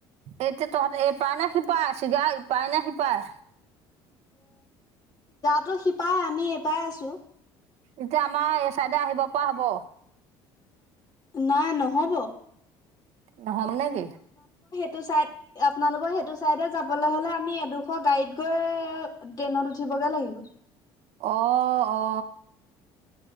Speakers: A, on the right; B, on the left.
A: এতিয়া তহত এইপাৰ নে সিপা আছিলগা শ পায় নে সিপায়
B: তটো শিপাই আমি এপাই আছো
A: এতিয়া আমাৰ এই চাইডে আহিব পৰা হ'ব
B: নাই নহব
A: নহমনেোগ
B: টো চাই আপোনালোকৰ সেইটো চাইডে যাবলৈ হলে আমি এডোখ গাড়ীত গৈ ট্ৰেইনত উঠিব া লাগিব
A: অ অ